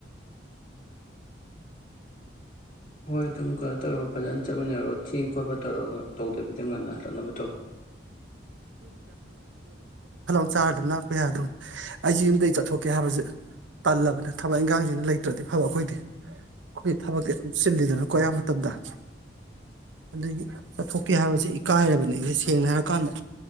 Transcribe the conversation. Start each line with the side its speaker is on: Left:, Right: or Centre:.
Left: ꯍꯣꯏ ꯑꯗꯨꯝ ꯈꯔ ꯇꯧꯔꯒ ꯐꯖꯅ ꯆꯠꯃꯤꯟꯅꯔꯣ ꯊꯦꯡ ꯈꯣꯠꯄ ꯇꯧꯔꯒ ꯇꯧꯗꯕꯤꯗ ꯉꯟꯅ ꯍꯜꯂꯛꯅꯕ ꯇꯧ
Right: ꯆꯥꯔꯒ ꯑꯗꯨꯝ ꯂꯥꯛꯄ ꯌꯥꯗꯧ ꯑꯩꯁꯦ ꯌꯨꯝꯗꯒꯤ ꯆꯠꯊꯣꯛꯀꯦ ꯍꯥꯏꯕꯁꯦ ꯇꯜꯂꯕꯅꯦ ꯊꯕꯛ ꯏꯟꯈꯥꯡꯁꯤꯅ ꯂꯩꯇ꯭ꯔꯗꯤ ꯐꯕ ꯑꯩꯈꯣꯏꯗꯤ ꯑꯩꯈꯣꯏꯗꯤ ꯊꯕꯛꯇꯤ ꯑꯗꯨꯝ ꯆꯤꯜꯂꯤꯗꯅꯀꯣ ꯑꯌꯥꯝ ꯃꯇꯝꯗ ꯑꯗꯨꯗꯒꯤ ꯆꯠꯊꯣꯛꯀꯦ ꯍꯥꯏꯕꯁꯤ ꯏꯀꯥꯏꯔꯕꯅꯦ ꯑꯩꯁꯦ ꯁꯦꯡꯅ ꯍꯥꯏꯔꯀꯥꯟꯗ